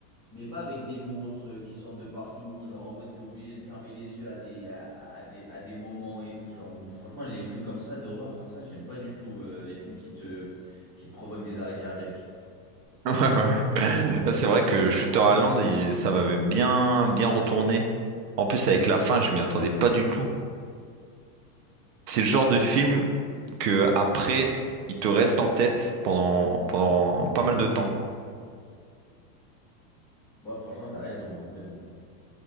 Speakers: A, in the centre; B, on the right.
A: mais pas avec des monstres qui sortent de partout, genre en mode t'es obligé de fermer les yeux à des, à, à- à des, à des moments et tout. Genre, franchement, les films comme ça, d'horreur comme ça, j'aime pas du tout euh, les films qui te, qui te provoquent des arrêts cardiaques.
B: Ouais, ouais. <laughs> Ah, C'est vrai que Shutter Island, il- ça m'avait bien, bien retourné. En plus, avec la fin, je m'y attendais pas du tout. C'est le genre de film que après, il te reste en tête pendant, pendant pas mal de temps.
A: Bon, franchement, t'as raison, hein, mais bon.